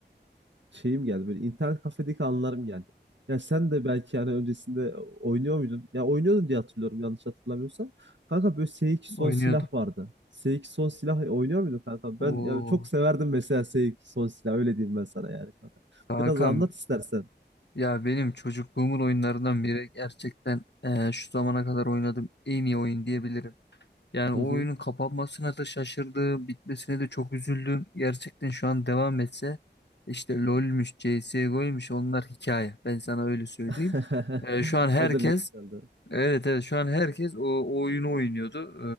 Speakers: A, on the right; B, on the left.
A: şeyim geldi böyle internet kafedeki anılarım geldi. Ya sen de belki yani öncesinde oynuyor muydun? Ya oynuyordun diye hatırlıyorum yanlış hatırlamıyorsam. Kanka böyle S2 son
B: Oynuyordum.
A: silah vardı. S2 son silah oynuyor muydun kanka?
B: Oo,
A: Ben ya çok severdim mesela S2 son silah öyle diyeyim ben sana yani kanka.
B: kankam
A: Biraz anlat istersen.
B: ya benim çocukluğumun oyunlarından biri gerçekten e, şu zamana kadar oynadığım en iyi oyun diyebilirim. Yani o
A: Hı hı.
B: oyunun kapanmasına da şaşırdım, bitmesine de çok üzüldüm. Gerçekten şu an devam etse işte LoL'müş, CS:GO'ymuş onlar hikaye. Ben sana öyle söyleyeyim.
A: <laughs>
B: Ee, şu an herkes
A: O derece güzeldi.
B: evet evet şu an herkes o, o oyunu oynuyordu